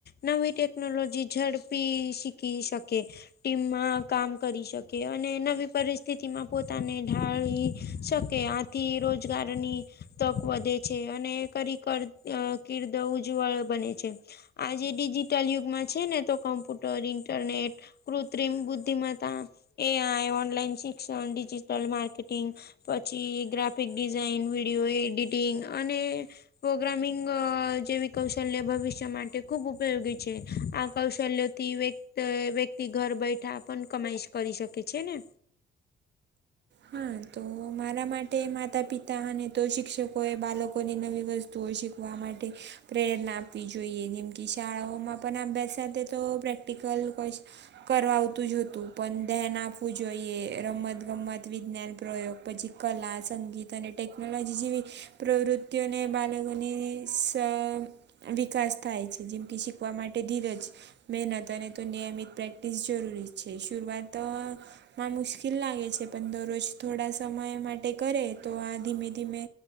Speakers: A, on the left; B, on the right.
A: નવી ટેકનોલોજી ઝડપી શીખી શકે, ટીમમાં કામ કરી શકે અને નવી પરિસ્થિતિમાં પોતાને ઢાળી શકે આ થી રોજગારની તક વધે છે અને કરીકર અહ કીર્દ ઉજ્જવળ બને છે. આજે ડિજીિટલ યુગમાં છે ને તો કમ્પુટર ઇન્ટરનેટ કૃત્રિમ બુધ તેમ હતા એ. આઈ, ઓનલાઈન શિક્ષણ, ડિજિટલ માર્કેટિંગ પછી ગ્રાફિક ડિઝાઇન વિડીયો, એડિટિંગ અને પ્રોગ્રામિંગ અ જેવી કૌશલ્ય ભવિષ્ય માટે ખૂબ ઉપયોગી છે. આ કૌશલ્ય તી વ્ય વ્યક્તિ ઘર બેઠા પણ કમાઈ કરી શકે છે ને
B: હા તો મારા માટે માતા પિતા અને તો શિક્ષકો એ બાળકોની નવી વસ્તુઓ શીખવા વા માટે પ્રેરણા આપવી જોઈએ જેમ કે શાળાઓમાં પણ અભ્યાસ સાથે તો પ્રેક્ટ પ્રેક્ટિકલ કરાવ આવતું જ હતું પણ ધેન આપવું જોઈએ. રમતગમત વિજ્ઞાન પ્રયોગ પછી કલા સંગીત અને ટેકનોલોજી જેવી પ્રવૃત્તિ તીઓ ને બાલોકો ને શ વિકાસ થાય છે જેમ કે શીખવા માટે ધીરજ મહેનત અને તો નિયમિત પ્રેક્ટિસ જરૂરી છે. શુરુઆત તો માં મુશ્કેલ લાગે છે પણ દરરોજ થોડા સમય માટે કરે તો આ ધીમે ધીમે